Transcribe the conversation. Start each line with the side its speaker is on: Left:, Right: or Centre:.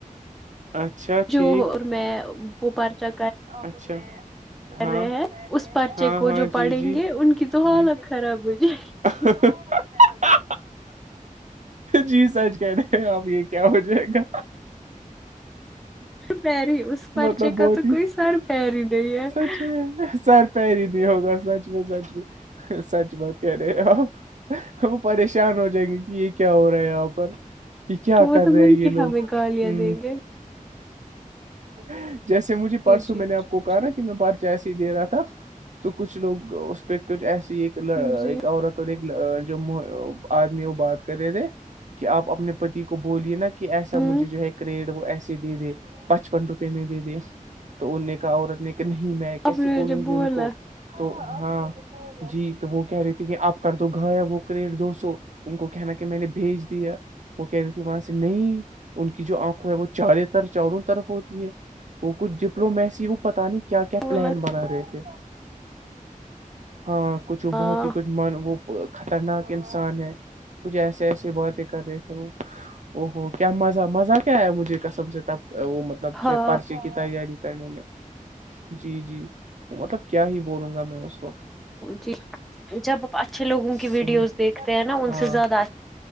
Right: اچھا ٹھیک
Centre: جو اور میں وہ پرچہ
Right: اچھا
Centre: کر
Right: ہاں
Centre: رہے ہیں اس پرچے
Right: ہاں
Centre: کو
Right: ہاں
Centre: جو
Right: جی
Centre: پڑھیں
Right: جی
Centre: گے ان کی تو حالت
Right: جی
Centre: خراب ہو جائے گی
Right: <unintelligible> جی سچ کہ رہے ہیں آپ یہ کیا ہو جائے گا
Centre: پہ رہی اس پرچے
Right: مطلب بہت
Centre: کا تو
Right: ہی
Centre: کوئی سر پیر ہی نہیں ہے
Right: سچ میں سر پری ہی نہیں ہوگا سچ میں سچ میں سچ بات کہہ رہے آپ ہم پریشانی پان ہو جائیں گے کہ یہ کیا ہو رہا یہاں پر یہ کیا
Centre: وہ
Right: کر
Centre: تو
Right: رہے
Centre: مل
Right: یہ
Centre: کے
Right: لوگ
Centre: ہمیں گالیاں
Right: خی
Centre: دیں گے
Right: گیا جیسے مجھے
Centre: جی
Right: پرسوں
Centre: جی
Right: میں نے آپ کو کہا
Centre: جی
Right: نا کہ میں پرچ ایسے ہی دے رہا تھا تو کچھ لوگ اس پہ کچھ ایسی ایک
Centre: ہوں، جی
Right: ایک عورت تو جو آدمی وہ بات کر رہے تھے کہ آپ اپنے پتی کو بولیے نا کہ ایسا
Centre: ہوں
Right: مجھے جو ہے کریڈ وہ ایسے دے دے پچپن روپے میں دے دے تو ان نے کہا عورت نے کہ نہیں میں کیسے
Centre: آپ نے
Right: بولوں
Centre: مجھے بولا
Right: گی ان کو تو ہاں جی تو وہ کہہ رہی تھے کہ آپ کا تو گھر ہے وہ کریٹ دو سو ان کو کہنا کہ میں نے بھیج دیا وہ کہ رہی ت وہاں سے نہیں ان کی جو آنکھوں ہے وہ چار طر چاروں طرف ہوتی ہے وہ کچھ ڈپلومیسی وہ پتا نہیں کیا کیا
Centre: بولا
Right: پلان بنا
Centre: تھا۔
Right: رہے تھے ہاں کچھ وہ
Centre: ہاں
Right: بہت ہی کچھ من وہ خطرناک انسان ہے کچھ ایسے ایسی باتیں کر رہے تھے وہ او ہو کیا مزہ مزہ کیا ہے مجھے کسب سے تب وہ مطلب مطلب
Centre: ہاں
Right: جو پرچے کی تیاری کرنے میں جی جی مطلب کیا ہی بولوں گا میں اس وقت
Centre: جی جب آ اچھے لوگوں
Right: صحیح
Centre: کی ویڈیوز دیکھتے ہیں نا ان
Right: ہاں
Centre: سے زیادہ اچ